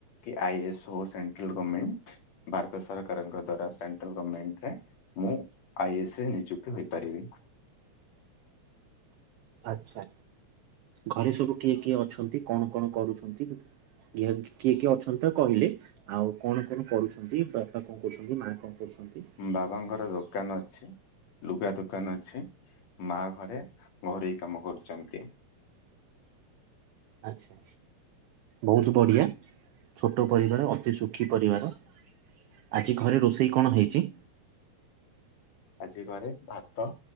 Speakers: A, on the left (about 65°); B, on the right (about 85°).
A: କି ଆଇ ଏସ୍ ହଉ। ଭାରତ ସରକାରଙ୍କ ଦ୍ବର ସେନ୍ଟ୍ରାଲ ଗଭରମେଣ୍ଟରେ ମୁଁ ଆଇ ଏ ସ ନିଯୁକ୍ତିହୋଇପାରିବି।
B: ଆଛା ଘରେ ସବୁ କିଏ କିଏ ଅଛନ୍ତି କଣ କଣ କରୁଛନ୍ତି କିଏ କିଏ ଅଛନ୍ତି ତ କହିଲେ ଆଉ କଣ କଣ କରୁଛନ୍ତି ବାପା କଣ କରହୁଛନ୍ତି ମା କଣ। କରୁଛନ୍ତି?
A: ବାବାଙ୍କର ଦୋକାନ ଅଛି। ଲୁଗା ଦୋକାନ ଅଛି ମା ଘରେ ଘରୋଇ କାମ କରୁଛନ୍ତି।
B: ଆଛା ବହୁତ ବଢିଆ ଛୋଟ ପରିବାର ଅତି ସୁଖୀ ପରିବାର ଆଜି ଘରେ ରୋଷେଇ କଣ ହେଇଛି।
A: ଆଜି ଘରେ ଭାତ